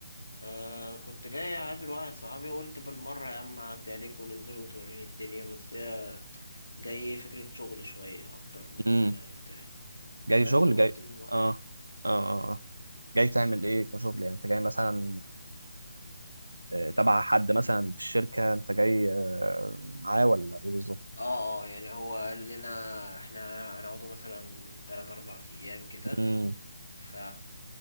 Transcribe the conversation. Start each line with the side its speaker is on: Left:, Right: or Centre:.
Left: آه كنت جاي اقابل واحد صحابي وقلت بالمرة يا عم اعدي عليك وننزل وتوريني الدنيا بس هي جاي فكرة شغل شوية أكتر من
Right: امم
Left: بتاع
Right: جاي
Left: بس
Right: شغل
Left: قلت
Right: جاي
Left: بالمرة
Right: اه اه اه آه. جاي تعمل ايه كشغل يعني انت جاي مثلا آه، تبع حد مثلا في الشركة انت جاي آه، معاه ولا ايه بالظبط
Left: اه اه يعني هو قال لنا احنا هنقعدوا مثلا تلات اربع ايام كده
Right: امم
Left: فا